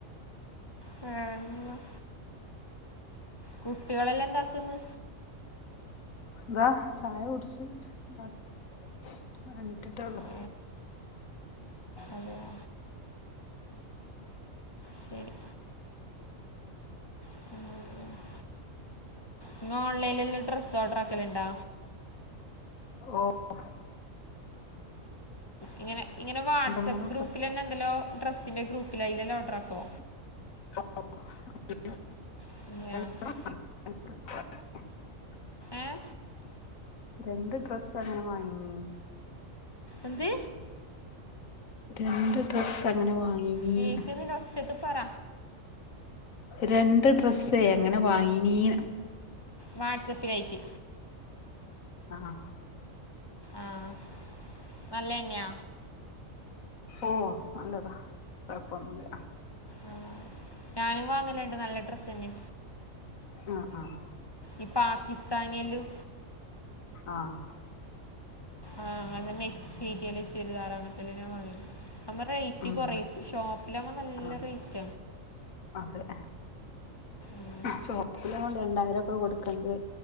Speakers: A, on the left (about 25°); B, on the left (about 80°).
A: <unintelligible> കുട്ടികളെല്ലാം എന്താക്ക്ന്ന്?
B: ഇതാ ചായ കുടിച്ച് ഇതാക്ക്ന്ന് എണീറ്റിട്ടേ ഒള്ളു.
A: ഓ, അതെയോ ശരി. <unintelligible> ഇങ്ങ ഓൺലൈനിലല്ലോ ഡ്രസ്സ് ഓഡറാക്കല്ണ്ടോ?
B: ഓഹ്
A: ഇങ്ങനെ ഇങ്ങനെ വാട്സആപ്പ്
B: മൂന്ന്
A: ഗ്രൂപ്പിലന്നെ
B: ഡ്രസ്
A: ഇണ്ടലോ ഡ്രസ്സിന്റെ ഗ്രൂപ്പിലയില്ലെല്ലോ ഓഡ്രാക്കൊ?
B: ഓഡ്രാക്കും <inaudible>
A: <unintelligible>
B: <inaudible>
A: ഏഹ്?
B: രണ്ട് ഡ്രസ്സ് അങ്ങനെ വാങ്ങീനി
A: എന്ത്?
B: രണ്ട് ഡ്രസ്സ് അങ്ങനെ വാങ്ങീനീന്ന്
A: കേൾക്കുന്നില്ല ഒച്ചത്ത് പറ
B: രണ്ട് ഡ്രസ്സെ അങ്ങനെ വാങ്ങീനീന്ന്
A: വാട്സപ്പിലായിറ്റ്
B: ആഹ്
A: ആഹ് നല്ലെന്യ?
B: ഓഹ് നല്ലതാ കൊഴപ്പൊന്നുല്ല.
A: ഉം ഞാനും വാങ്ങല്ണ്ട് നല്ല ഡ്രസ്സ്ന്നെ
B: ആഹ് ആഹ്
A: ഈ പാക്കിസ്ഥാനിയെല്ലും.
B: ആഹ്.
A: ആഹ് അങ്ങനെ തന്നെ <unintelligible> ചുരിദാർ അങ്ങൻത്തെല്ലാം ഞാൻ വാങ്ങിട്ട് അപ്പം റെയ്റ്റ്
B: ഉം
A: കൊറയും ഷോപ്പിലാവുമ്പം നല്ല
B: ആഹ്
A: റെയ്റ്റ
B: അതെ.
A: ഉം
B: ഷോപ്പിലാവും രണ്ടായിരം ഒക്കെ കൊടുക്കെണ്ട്യെ